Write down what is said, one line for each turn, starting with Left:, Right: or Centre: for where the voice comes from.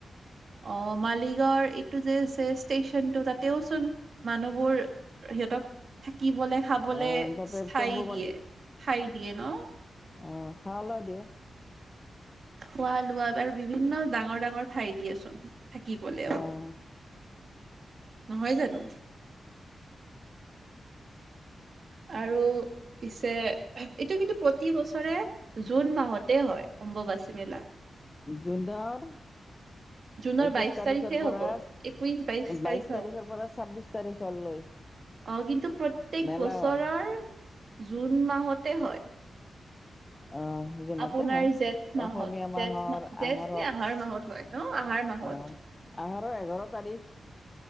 Right: আহ। মালিগাঁওৰ এইটো যে আছে ষ্টেচনটো তাতেওচোন মানুহবোৰ। সিহঁতক থাকিবলে খাবলে
Left: আহ তাতে
Right: ঠাই
Left: তম্বু
Right: দিয়ে। ঠাই দিয়ে ন?
Left: অ খাৱা লোৱা দিয়ে।
Right: খোৱা লোৱা বাৰু বিভিন্ন ডাঙৰ ডাঙৰ ঠাই দিয়েচোন। থাকিবলেও।
Left: আহ
Right: নহয় জানো? আৰু। পিছে এইটো কিন্তু প্ৰতি বছৰে জুন মাহতে হয়। অম্বুবাচী মেলা।
Left: জুনৰ
Right: জুনৰ
Left: একৈশ
Right: বাইশ
Left: তাৰিখৰ
Right: তাৰিখে
Left: পৰা,
Right: হ'ব একৈশ তাৰিখে
Left: বাইশ তাৰিখৰ
Right: হ'ব
Left: পৰা ছাব্বিশ তাৰিখলৈ।
Right: অ কিন্তু প্ৰত্যেক
Left: মেলা
Right: বছৰৰ
Left: হয়
Right: জুন মাহত। তে হয়।
Left: আহ জোনতে
Right: আপোনাৰ
Left: হয়
Right: জেঠ মাহত
Left: অসমীয়া মাহৰ
Right: জেঠ মাহ জেঠ
Left: আহাৰত
Right: নে আহাৰ মাহত হয় ন আহাৰ মাহত
Left: আহ আহাৰৰ এঘাৰ তাৰিখ ।